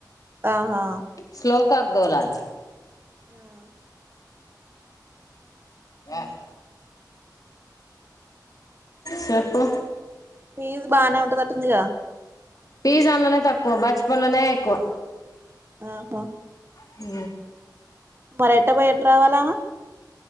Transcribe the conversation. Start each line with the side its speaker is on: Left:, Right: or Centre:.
Right: ఆహా
Left: శ్లోక్ కక్ దోళాల
Right: ఆ
Left: ఆ చెప్పు
Right: ఫీజ్ బానే ఉంటతంటది గా
Left: ఫీజు అన్నానే తక్కువ బచ్పన్ అన్నానే ఎక్కువ
Right: ఆహా
Left: హ్
Right: మరీ ఎట్ట బోయ్ ఎట్టా రావాల